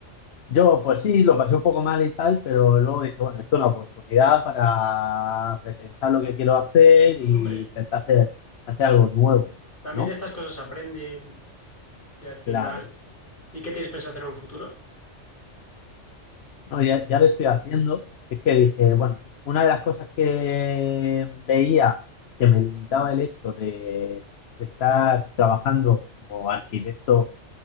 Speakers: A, on the left; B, on the left.
A: Yo, pues sí, lo pasé un poco mal y tal, pero luego dije, bueno, esto es una oportunidad para repensar lo que quiero hacer y
B: Hombre,
A: intentar hacer, hacer algo nuevo,
B: también
A: ¿no?
B: de estas cosas aprenden y al final.
A: Claro.
B: ¿Y qué tienes pensado hacer en un futuro?
A: No, ya, ya lo estoy haciendo. Es que
B: Que-
A: dije, bueno, una de las cosas que veía que me limitaba el hecho de, de estar trabajando como arquitecto